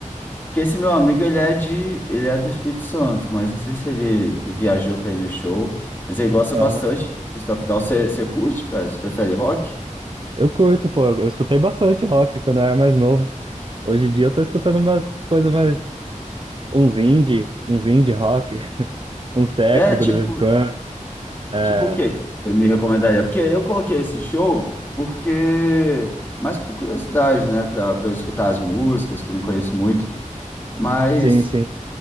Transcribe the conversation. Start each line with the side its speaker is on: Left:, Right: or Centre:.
Left: Porque esse meu amigo, ele é de, ele é do Espírito Santo, mas não sei se ele viajou pra ir no show, mas ele gosta
Right: Aham.
Left: bastante de Stuff Down. Você você curte, cara? Você prefere rock?
Right: Eu curto, pô. Eu escutei bastante rock quando eu era mais novo. Hoje em dia eu tô escutando umas coisas mais. Uns indie, uns indie rock, <laughs> um técnico
Left: É, tipo,
Right: de vez em quando. É,
Left: Tipo o quê? Você me recomendaria? Porque eu coloquei esse show porque... Mais por curiosidade, né? Pra, pra eu escutar as músicas, que eu não conheço muito. Mas...
Right: sim, sim.